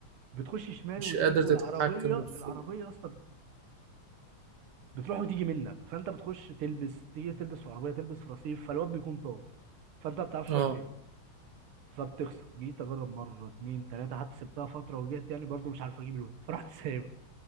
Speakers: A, on the right (about 85°); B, on the right (about 60°).
A: بتخش شمال
B: مش
A: ويمين
B: قادر تتحكم
A: والعربيه
B: وتفوق
A: العربيه يا اسطى بتروح وتيجي منك فانت بتخش تلبس تيجي تلبس في عربيه تلبس في رصيف فالواد بيكون طار فانت ما بتعرفش
B: اه
A: هو فين فبتخسر جيت اجرب مره اتنين تلاته حتى سبتها فتره ورجعت يعني برضو مش عارف اجيب الواد <laughs> فرحت سايبها